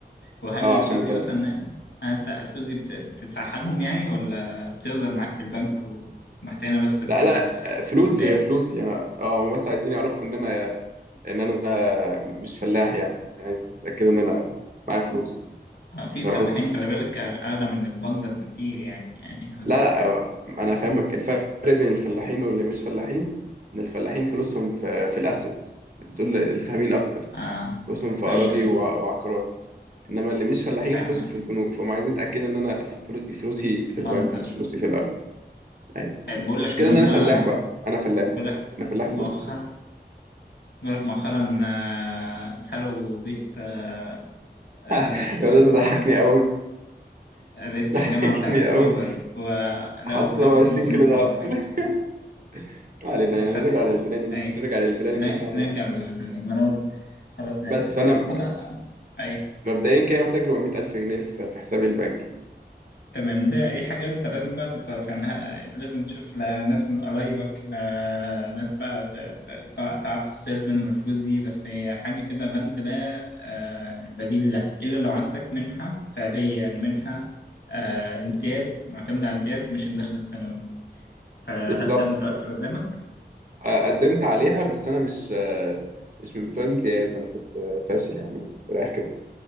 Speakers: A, on the left; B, on the right.
A: وهل
B: اه
A: الفلوس
B: عشان
A: دي
B: اطلع
A: مثلا انت الفلوس دي بت- بتدفعها لهم يعني ولا بتفضل معاك في البنك ومحتاجها بس
B: لا لا
A: كاثبات
B: فلوسي فلوسي انا اه هم بس عايزين يعرفوا ان انا ان انا مش فلاح يعني يعني عايز يتاكدوا ان انا معايا فلوس
A: آه، في
B: فاهم
A: فلاحين
B: قصدي
A: خلي بالك أغلى من البندر بكتير يعني يعني
B: لا لا انا فاهمك الفرق بين الفلاحين واللي مش فلاحين ان الفلاحين فلوسهم في في الاسيتس دول اللي فاهمين اكتر
A: آه
B: فلوسهم في اراضي
A: أيوه
B: وع- وعقارات انما اللي مش فلاحين
A: فاهمك
B: فلوسه في البنوك فهم عايزين يتاكدوا ان انا فلو- فلوسي
A: في
B: في
A: البندر
B: البنك مش فلوسي في الارض ايوه
A: آه، بقول لك
B: المشكله
A: إن هما
B: ان انا فلاح
A: م-
B: بقى انا فلاح
A: بقول لك
B: انا فلاح
A: مؤخرا
B: فلوسي في
A: بقول لك مؤخرا آه، سرقوا بيت آه، آه،
B: <laughs> يا ده
A: رئيس
B: ده ضحكني
A: الجامعة
B: قوي
A: رئيسة
B: ضحكني
A: الجامعة بتاعت أكتوبر
B: قوي
A: ولقوا
B: حط 27
A: 50
B: كيلو دهب
A: مليون دولار
B: في
A: حاجة
B: ال-
A: زي كده
B: <laughs> ما علينا يعني
A: كان فاتح
B: نرجع للبلاننج
A: أي
B: نرجع للبلاننج
A: ن-
B: بتاعنا
A: نرجع
B: يا عم
A: للنجم أنا أقول خلاص ده
B: بس فانا
A: كان كنا أي
B: مبدئيا كده محتاج 400 ألف جنيه في في حسابي البنكي
A: تمام ده دي حاجة أنت لازم بقى تتصرف يعني ه- لازم تشوف لا- ناس من قرايبك لا- ناس بقى ت- ت- تع- تعرف تصرف منهم الفلوس دي بس هي حاجة كده بند لا آه، بديل له إلا لو عندك منحة فعلية يعني منحة آه، امتياز معتمدة على امتياز مش الدخل السنوي فهل
B: بالظبط
A: ده متوفر قدامك؟
B: آه، قدمت عليها بس أنا مش آه، مش من بتوع الامتياز أنا كنت آه، فاشل يا عم أنا كنت رايح كده